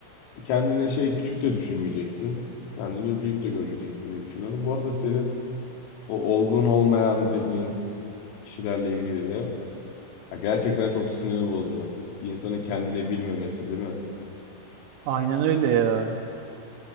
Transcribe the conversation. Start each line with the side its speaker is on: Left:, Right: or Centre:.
Left: e, kendini şey küçük de düşürmeyeceksin. Kendini büyük de görmeyeceksin diye düşünüyorum. Bu arada senin o olgun olmayan dediğin kişilerle ilgili de ya gerçekten çok sinir bozucu. Bir insanın kendini bilmemesi değil mi?
Right: Aynen öyle ya.